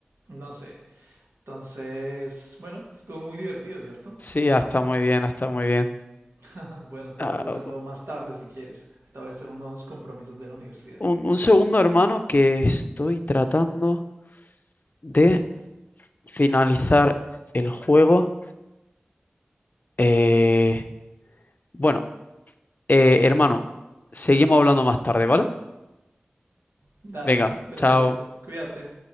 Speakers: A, on the right; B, on the left.
A: no sé, Entonces, bueno, estuvo muy divertido, ¿cierto?
B: Sí, ah, está muy bien, ah, está muy bien.
A: <laughs> Bueno, podemos
B: Ah,
A: hacerlo más tarde si quieres. Ahorita voy a hacer unos compromisos de la universidad.
B: un, un segundo, hermano, que estoy tratando de finalizar el juego. Eh, bueno, eh, hermano, seguimos hablando más tarde, ¿vale?
A: Dale,
B: Venga,
A: perfecto.
B: chao.
A: Cuídate.